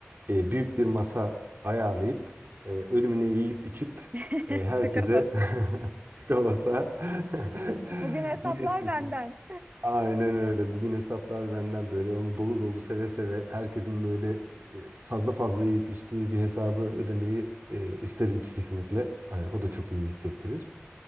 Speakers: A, on the right; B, on the right.
A: Ee, büyük bir masa ayarlayıp e, ölümüne yiyip içip
B: <laughs>
A: e, herkese
B: Tıka
A: <laughs> tıka basa <laughs>
B: Bugün hesaplar
A: ne istiyorsun?
B: benden.
A: Aynen öyle. Bugün hesaplar benden böyle onu dolu dolu seve seve herkesin böyle e, fazla fazla yiyip içtiği bir hesabı ödemeyi e, isterim kesinlikle. Hani o da çok iyi hissettirir.